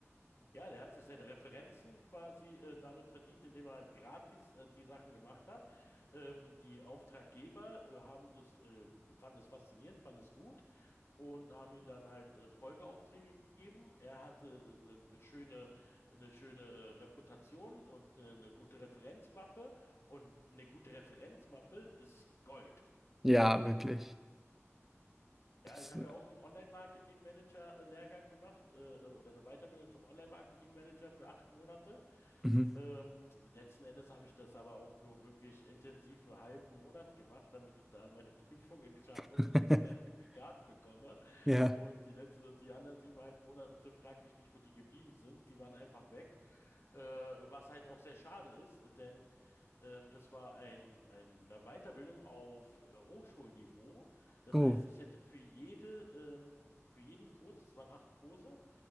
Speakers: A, on the left (about 60°); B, in the centre.
A: Ja, der hat sich seine Referenzen quasi äh, damit verdient, indem er gratis äh, die Sachen gemacht hat. Ähm, die Auftraggeber äh, haben das, äh, fanden das faszinierend, fanden es gut und haben ihm dann halt äh, Folgeaufträge gegeben. Er hatte äh, eine, eine schöne, eine schöne äh, Reputation und eine, eine gute Referenzmappe. Und eine gute Referenzmappe ist Gold.
B: Ja, wirklich.
A: Ja,
B: Das,
A: ich habe ja auch einen Online-Marketing-Manager-Lehrgang gemacht äh, äh, oder eine Weiterbildung zum Online-Marketing-Manager für acht Monate.
B: mhm.
A: Ähm, letzten Endes habe ich das aber auch nur wirklich intensiv einen halben Monat gemacht, damit ich da meine <laughs> Prüfungen schaffe
B: <laughs>
A: und das Zertifikat bekomme.
B: Ja.
A: Und die letzte, die anderen siebeneinhalb Monate, frag mich nicht, wo die geblieben sind. Die waren einfach weg. Äh, was halt auch sehr schade ist, denn ähm, das war ein, eine Weiterbildung auf äh, Hochschulniveau. Das
B: Oh.
A: heißt, ich hätte für jede, ähm, für jeden Kurs, das waren acht Kurse,